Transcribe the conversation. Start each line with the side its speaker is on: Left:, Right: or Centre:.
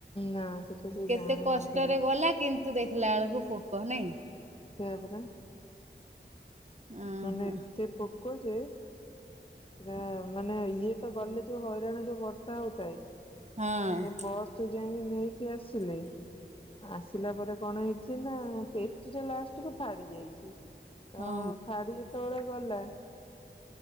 Left: ନା ସେଟା ସେ
Right: କେତେ
Left: ଜାଣିନଥିଲେ
Right: କଷ୍ଟରେ ଗଲା, କିନ୍ତୁ ଦେଖିଲା ବେଳକୁ ପୋକ ନାହିଁ।
Left: ସେୟା ପରା।
Right: ଓହୋ
Left: ମାନେ ଏତେ ପୋ କ ଯେ, ପୁରା ମାନେ ଇଏ ତ ଗଲେ ଯୋଉ ହଇରାଣ ଯୋଉ ବ ବର୍ଷା ହଉଥାଏ,
Right: ହଁ
Left: ଏ ଯୋଉ ବସରୁ ଯାଇକି ନେଇକି ଆସିଲେ ଆସିଲା ପରେ କଣ ହେଇଛି ନା, ପେଟିଟା ଲାଷ୍ଟକୁ ଫାଡି ଯାଇଛି। ତ
Right: ହଁ।
Left: ଫାଡି ଯେତେବେଳେ ଗଲା